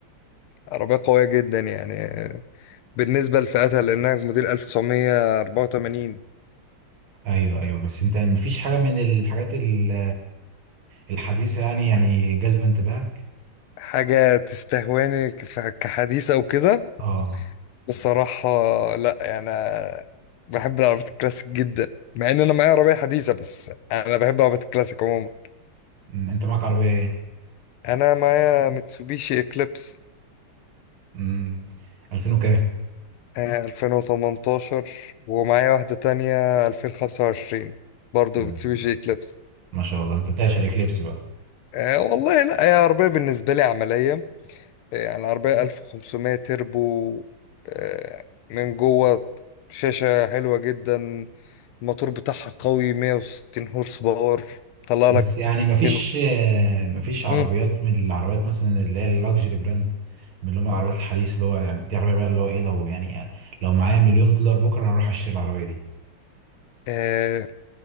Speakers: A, on the left; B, on the right.
A: عربية قوية جدا يعني آه، بالنسبة لفئتها لأنها موديل 1984
B: أيوه أيوه بس أنت مفيش حاجة من الحاجات ال- الحديثة يعني يعني جاذبة انتباهك؟
A: حاجة تستهواني كف- كحديثة وكده
B: أه
A: بصراحة لا يعني أنا بحب العربيات الكلاسيك جدا مع ان انا معايا عربية حديثة بس انا بحب العربيات الكلاسيك عموما
B: أمم، أنت معاك عربية إيه؟
A: انا معايا ميتسوبيشي اكليبس
B: امم 2000 وكام؟
A: آه، 2018 ومعايا واحدة تانية 2025 برضو
B: أمم،
A: ميتسوبيشي اكليبس
B: ما شاء الله أنت بتعشق الإكليبس بقى
A: أه والله لا هي عربية بالنسبة لي عملية آه، يعني عربية 1500 تربو آه، من جوه شاشة حلوة جدا الموتور بتاعها قوي 160 هورس باور طلع
B: بس
A: لك
B: يعني مفيش
A: كيلو
B: آه، مفيش عربيات
A: مم.
B: من العربيات مثلا اللي هي اللكجري براندز من اللي هم العربيات الحديثة اللي هو يعني دي عربية بقى اللي هو إيه لو يعني لو معايا مليون دولار بكرة أنا هروح أشتري العربية دي
A: آه